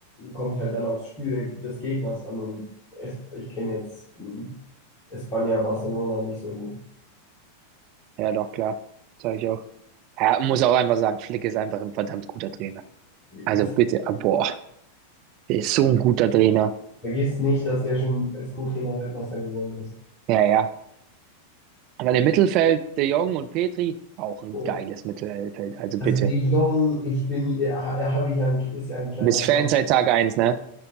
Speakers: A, on the left (about 30°); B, on the right (about 40°).
A: kommt halt dann aufs Spiel des Gegners an und es, ich kenne jetzt hm, Espanja, Barcelona nicht so gut.
B: ja, doch, klar, sage ich auch. Ja, muss auch einfach sagen, Flick ist einfach ein verdammt guter Trainer.
A: Ja.
B: Also bitte, ah, boah, der ist so ein guter Trainer.
A: Vergiss nicht, dass der schon als Co-Trainer Weltmeister geworden ist.
B: Ja, ja. Und dann im Mittelfeld, De Jong und Petri, auch ein
A: Oh.
B: geiles Mittelfeld. Also bitte,
A: Also De Jong, ich bin, ja, ha- habe ich ja, ein, ist ja ein kleiner
B: bis Fan
A: Schwachpunkt.
B: seit Tag eins, ne?